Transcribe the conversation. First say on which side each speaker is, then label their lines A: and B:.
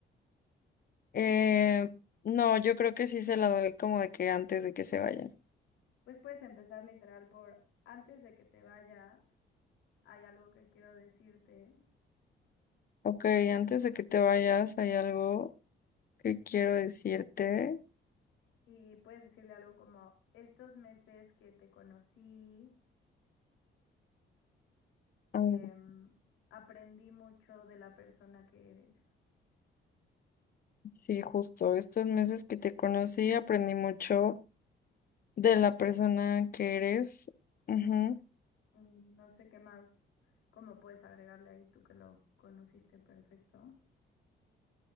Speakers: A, on the left (about 45°); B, on the left (about 90°).
A: Eh, no, yo creo que sí se la doy como de que antes de que se vayan.
B: Pues puedes empezar literal por antes de que te vayas, hay algo que quiero decirte
A: Ok, antes de que te vayas, hay algo que quiero decirte.
B: y puedes decirle algo como estos meses que te conocí. Em,
A: Ah,
B: aprendí mucho de la persona que eres.
A: sí, justo, estos meses que te conocí aprendí mucho de la persona que eres. Ujú.
B: Mm, No sé qué más, cómo puedes agregarle ahí tú que lo conociste perfecto.